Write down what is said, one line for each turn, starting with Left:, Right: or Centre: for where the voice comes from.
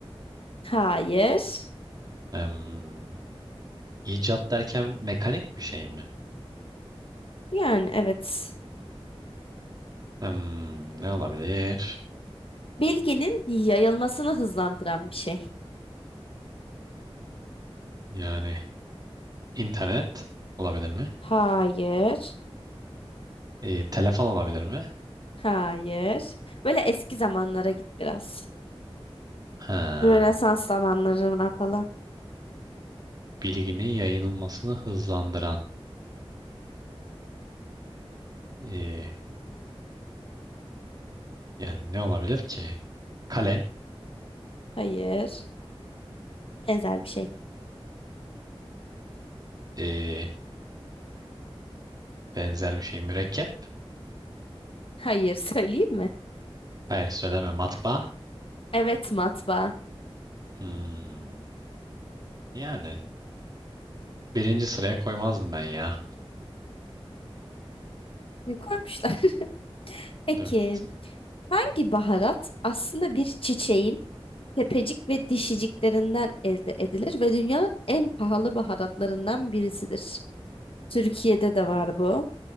Left: Hayır.
Right: Hmm, icat derken mekanik bir şey mi?
Left: Yani evet.
Right: Hmm, ne olabilir?
Left: Bilginin yayılmasını hızlandıran bir şey.
Right: Yani internet olabilir mi?
Left: Hayır.
Right: Ee, telefon olabilir mi?
Left: Hayır. Böyle eski zamanlara git biraz.
Right: Ha,
Left: Rönesans zamanlarına falan.
Right: bilginin yayılmasını hızlandıran. ee, yani ne olabilir ki? Kalem.
Left: Hayır. Benzer bir şey.
Right: ee, benzer bir şey. Mürekkep.
Left: Hayır <laughs> söyleyeyim mi?
Right: Hayır söyleme. Matbaa.
Left: Evet matbaa.
Right: Hmm, yani. Birinci sıraya koymazdım ben ya.
Left: Ne koymuşlar? <laughs> Peki
Right: Evet.
Left: hangi baharat aslında bir çiçeğin tepecik ve dişiciklerinden elde edilir ve dünyanın en pahalı baharatlarından birisidir? Türkiye'de de var bu.